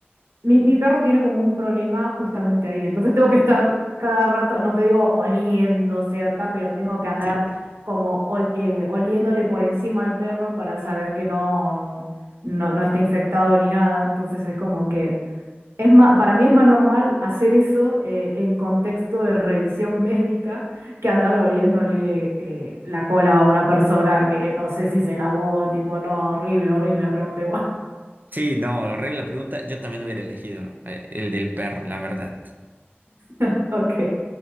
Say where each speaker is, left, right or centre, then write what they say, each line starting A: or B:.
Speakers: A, on the right; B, on the right.
A: mi, mi perro tiene como un problema justamente ahí, entonces <laughs> tengo que estar cada rato, no te digo oliendo cerca, pero tengo que andar
B: sí.
A: como ol- eh, oliéndole por encima al perro para saber que no, no, no está infectado ni nada, entonces es como que... Es ma- para mí es más normal hacer eso eh, en contexto de revisión médica que andar oliéndole eh, la cola a una persona que no sé si se lavó, tipo, no, horrible, horrible, la pregunta igual.
B: Sí, no, arregla la pregunta. Yo también hubiera elegido eh, el del perro, la verdad.
A: <laughs> Ok.